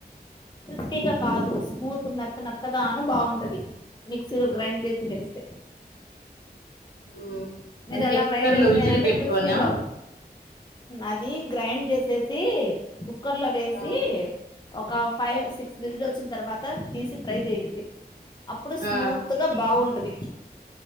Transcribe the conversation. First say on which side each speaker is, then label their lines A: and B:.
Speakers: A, on the left; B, on the left.
A: క్రిస్పీగా కాదు స్మూత్ మెత్త మెత్తగాను బాగుంటది మిక్సీలో గ్రైండ్ చేసి వేస్తే
B: మ్
A: మీరు
B: అంటే
A: అలా
B: కుక్కర్
A: ఫ్రై చేస్తేనంటే
B: లో విజిల్ పెట్టుకోనా
A: క్రిస్పీగా వ అది గ్రైండ్ చేసేద్ సి కుక్కర్ లో వేసి
B: ఆ
A: ఒక ఫైవ్ సిక్స్ విిజిల్ వచ్చిన తర్వాత తీసి ఫ్రై చేయండి అప్పుడు స్మూత్
B: ఆ,
A: గా బాగుంటది